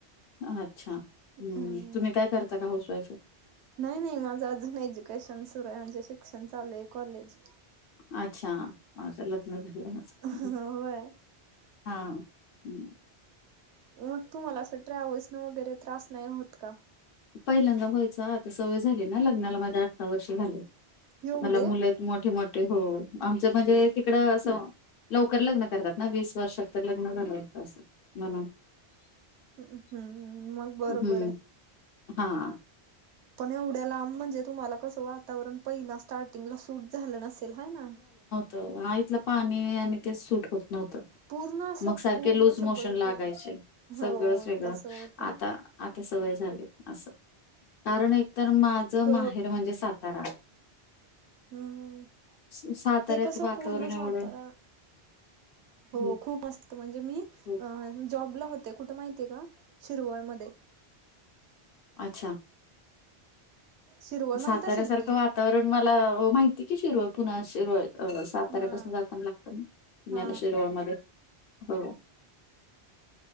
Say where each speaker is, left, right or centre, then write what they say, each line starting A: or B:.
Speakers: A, on the left; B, on the right.
A: हा अच्छा हम्म
B: अं
A: तुम्ही काय करता का हाऊस वाईफ आहे?
B: नाही नाही माझा अजून एज्युकेशन सुरू आहे म्हणजे शिक्षण चालू आहे कॉलेज.
A: अच्छा माझं लग्न झालेला आहे असं
B: होय
A: हा हा हा हम्म.
B: मग तुम्हाला असं ट्रॅव्हल्स न वगैरे त्रास नाही होत का?
A: पहिल्यांदा होयचा आता सवय झाली ना लग्नाला माझ्या आ ठवा वर्ष झाले
B: एवढे
A: मला मुलं आहेत मोठे मोठे हो आमच म्हणजे तिकडं असं लवकर लग्न करतात ना वीस वर्षात तर लग्न झालं होतं असं म्हणून.
B: हम्म हम्म मग बरोबर
A: हम्म
B: आहे
A: हां.
B: पण एवढ्या लांब म्हणजे तुम्हाला कसं वातावरण पहिला स्टार्टिंगला सूट झालं नसेल हाय ना.
A: तर हा इथलं पाणी आणि ते सुट होत नव्हतं.
B: पूर्ण असं
A: मग सारखे
B: पूर्ण
A: लूज
B: सगळंच
A: मोशन लागायचे
B: वेगळं
A: सगळंच
B: हो
A: वेगळं
B: तसं होतय
A: आता आता सवय झाली असं कारण एकतर माझं
B: क
A: माहेर म्हणजे सातारा.
B: हम्म
A: स- साताऱ्यात
B: ते कसं
A: वातावरण
B: पूर्ण
A: एवढं
B: सातारा हो
A: हम्म,
B: खूप मस्त म्हणजे मी
A: हो.
B: अ जॉबला होते कुठे माहि ते का शिरवळमध्ये.
A: अच्छा
B: शिरवळ
A: साताऱ्यासारखं
B: माहित असेल की
A: वातावरण मला माहिती की शिरवळ पुन्हा शिरवळ अ साताऱ्यापासून
B: हा
A: जाताना लागतं ना
B: हा
A: न्याला शिरवळमध्ये हो.